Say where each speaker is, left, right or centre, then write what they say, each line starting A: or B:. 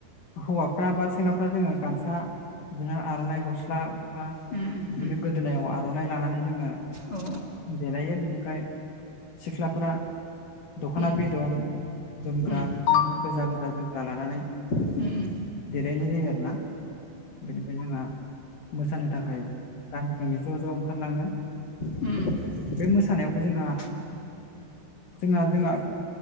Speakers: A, on the left; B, on the left.
A: हौवाफ्रा बा सेंग्राफ्रा जोङो गामसा बिदिनो आर'नाइ गस्ला बा
B: उम
A: बिदिनो
B: उम
A: गोदोनायाव आर'नाइ लानानै जोङो
B: औ
A: देलायो बिनिफ्राय सिख्लाफोरा दखना
B: उम
A: बिदन जोमग्रा
B: उम
A: बिदिनो गोजा गोजा जोमग्रा लानानै
B: उम उम
A: देलायनाय जायो आरोना। बेनिफ्राय जोंहा मोसानो थाखाय गामि गामि ज' ज' ओंखारलाङो।
B: उम
A: बे मोसानायावबो जोंहा जोंना जोंहा